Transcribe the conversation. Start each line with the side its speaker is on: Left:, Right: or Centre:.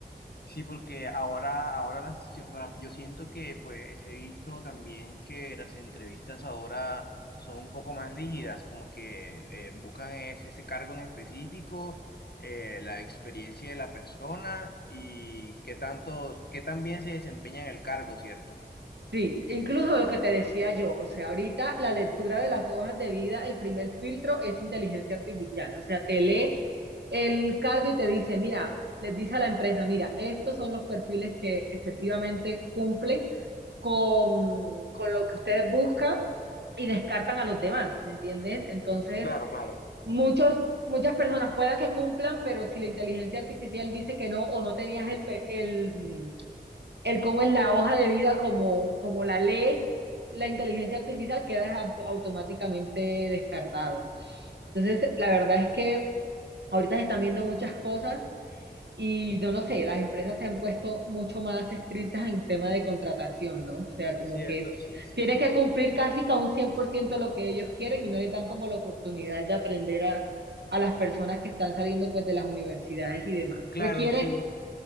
Left: Sí, porque ahora, ahora las- yo, bueno, yo siento que pues he visto también que las entrevistas ahora son un poco más rígidas, como que eh, buscan es- ese cargo en específico, eh, la experiencia de la persona y qué tanto, qué tan bien se desempeña en el cargo, ¿cierto?
Right: Sí, incluso lo que te decía yo, o sea, ahorita la lectura de las hojas de vida, el primer filtro es inteligencia artificial, o sea, te lee el cargo y te dice, mira, les dice a la empresa, mira, estos son los perfiles que efectivamente cumplen con, con lo que ustedes buscan y descartan a los demás, ¿me entiendes? Entonces,
Left: Claro, claro.
Right: muchos, muchas personas pueda que cumplan, pero si la inteligencia artificial dice que no o no tenías el, pe- el, mm, el cómo es la hoja de vida como, como la ley, la inteligencia artificial queda au- automáticamente descartado. Entonces, la verdad es que ahorita se están viendo muchas cosas y no lo sé, las empresas se han puesto mucho más estrictas en tema de contratación, ¿no? O sea, como
Left: Cierto,
Right: que es,
Left: sí, sí.
Right: tienes que cumplir casi que a un 100% lo que ellos quieren y no les dan como la oportunidad de aprender a, a las personas que están saliendo pues de las universidades y demás.
Left: Claro,
Right: Requieren,
Left: sí,